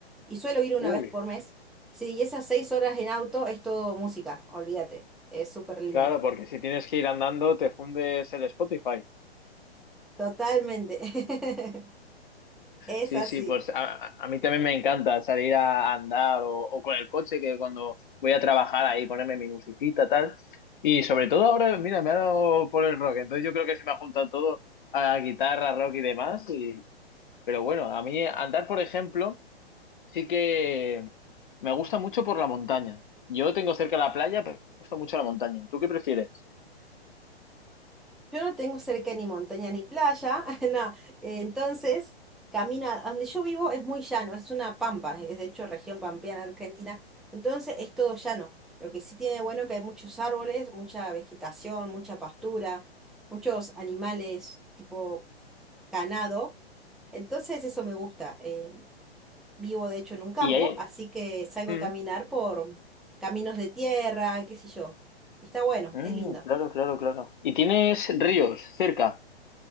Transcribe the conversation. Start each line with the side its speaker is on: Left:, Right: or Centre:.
Centre: y suelo ir una
Left: Uy,
Centre: vez por mes. Sí, y esas seis horas en auto es todo música, olvídate, es súper lindo.
Left: claro, porque si tienes que ir andando, te fundes el Spotify.
Centre: Totalmente. <laughs> Es
Left: Sí,
Centre: así.
Left: sí, pues a, a mí también me encanta salir a andar o, o con el coche, que cuando voy a trabajar ahí ponerme mi musiquita, tal. Y sobre todo ahora, mira, me ha dado por el rock, entonces yo creo que se me ha juntado todo a guitarra, rock y demás. Y, pero bueno, a mí andar, por ejemplo, sí que me gusta mucho por la montaña. Yo tengo cerca la playa, pero me gusta mucho la montaña. ¿Tú qué prefieres?
Centre: Yo no tengo cerca ni montaña ni playa, <laughs> no. eh, Entonces, camina, donde yo vivo es muy llano, es una pampa, es de hecho región pampeana argentina, entonces es todo llano. Lo que sí tiene de bueno que hay muchos árboles, mucha vegetación, mucha pastura, muchos animales tipo ganado. Entonces eso me gusta. eh, vivo de hecho en un campo,
Left: Y ahí...
Centre: así que salgo
Left: Mm,
Centre: a caminar por caminos de tierra, qué sé yo. Está bueno,
Left: mm,
Centre: es lindo.
Left: claro, claro, claro. ¿Y tienes ríos cerca?